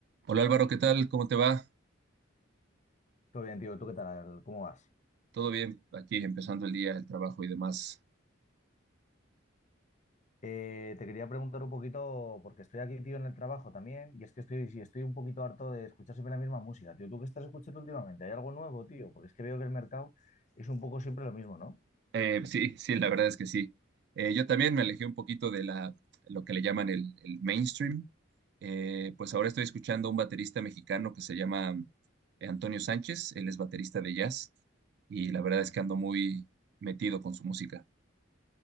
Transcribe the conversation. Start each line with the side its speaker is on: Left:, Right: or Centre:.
Right: Hola Álvaro, ¿qué tal? ¿Cómo te va?
Left: Todo bien, tío. ¿Tú qué tal? ¿Cómo vas?
Right: ¿Todo bien? Aquí empezando el día, el trabajo y demás.
Left: Eh, te quería preguntar un poquito, porque estoy aquí, tío, en el trabajo también, y es que estoy, sí, estoy un poquito harto de escuchar siempre la misma música, tío. ¿Tú qué estás escuchando últimamente? ¿Hay algo nuevo, tío? Porque es que veo que el mercado es un poco siempre lo mismo, ¿no?
Right: Eh, sí, sí, la verdad es que sí. Eh, yo también me alejé un poquito de la, lo que le llaman el, el mainstream. Eh, pues ahora estoy escuchando a un baterista mexicano que se llama eh, Antonio Sánchez. Él es baterista de jazz y la verdad es que ando muy metido con su música.